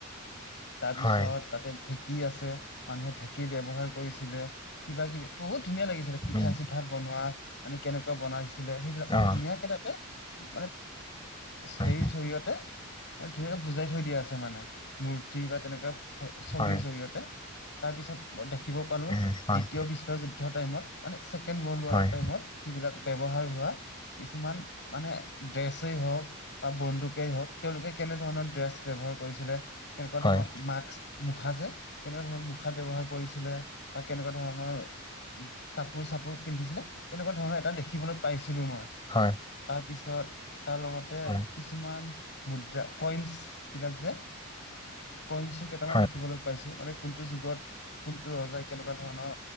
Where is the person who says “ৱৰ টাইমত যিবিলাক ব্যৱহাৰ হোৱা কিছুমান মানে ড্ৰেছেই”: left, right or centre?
Left